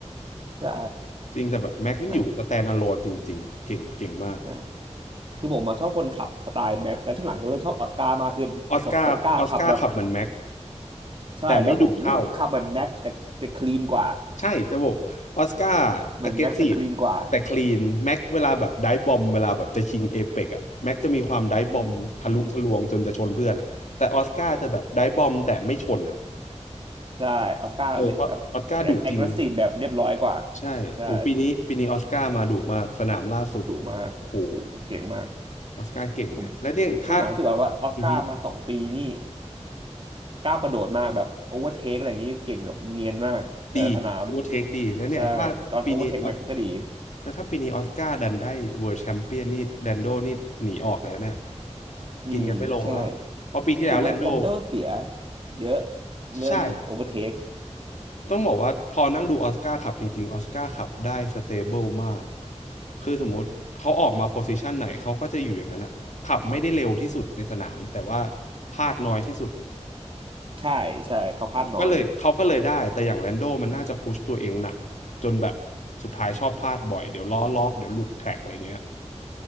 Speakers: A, on the right (about 45°); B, on the left (about 80°).
A: ใช่
B: จริงแต่แบบแม็กมันอยู่สแตนด์อะโลนจริงๆเก่งเก่งมาก
A: แต่ใช่ คือผมมาชอบคนขับสไตล์แม็กซ์และช่วงหลังก็เริ่มชอบออสการ์มากขึ้นแบบออสการ์ขับแบบ
B: ออสการ์ออสการ์ขับเหมือนแม็ก
A: ใช่แล้วผมรู้สึกขับแบบแม็กซ์แต่แต่คลีนกว่า
B: แต่ไม่ดุเท่า ใช่จะบอกออสการ์
A: เหมือนแม็กซ์แต่คลีนกว่า
B: aggressive แต่ clean แม็กเวลาแบบไดฟ์บอมเวลาแบบจะชิงเอ e ปกอะแม็กจะมีความไดฟ์บอมทะลุทะลวงจนจะชนเพื่อนอะแต่ออสการ์จะแบบไดฟ์บอมแต่ไม่ชนอะ
A: อืมใช่ออสการ์แบบ
B: เออออออสการ์ดุจริง
A: แอคทีฟแบบเรียบร้อยกว่า
B: ใช่โอ้ปีนี้ปีนี้ออสการ์มาดุมากสนามล่าสุด
A: ใช่ดุมากโอ้โหเก่งมาก
B: โหออสการ์เก่งเนี่ยและเนี่ยถ้า
A: ผมช่วงหลังรู้สึกว่าออสการ์มาสองปีนี่
B: อือฮึ
A: ก้าวกระโดดมากแบบโอเวอร์เทคอะไรอย่างนี้เก่งแบบเนียนมากแต่ละสนาม
B: ดี Overtake ดีแล้วเนี่ยถ้าปีนี้ออส
A: ใช่ตอนโอเวอร์เทคแม็กซ์ก็ดี
B: แล้วถ้าปีนี้ออสการ์ดันได้ World Champion นี่แลนโดนี่หนีออกเลยนะเนี่ย
A: อืมใช่
B: กินกันไม่ลงแล้วเพราะปีที่แล้วแลนโด
A: รู้สึกว่าแลนโดเสียเยอะเรื่องโอเวอร์เทค
B: ใช่ต้องบอกว่าพอนั่งดูออสการ์ขับจริงๆออสการ์ขับได้สเตเบิลมากคือสมมุติเขาออกมาโพสิชันไหนเขาก็จะอยู่อย่างนั้นอะขับไม่ได้เร็วที่สุดในสนามแต่ว่าพลาดน้อยที่สุด
A: ใช่ใช่เขาพลาดน้อย
B: ก็เลยเขาก็เลยได้แต่อย่างแลนโดมันน่าจะพุชตัวเองหนักจนแบบสุดท้ายชอบพลาดบ่อยเดี๋ยวล้อล็อกเดี๋ยวหลุดแท็กอะไรเงี้ย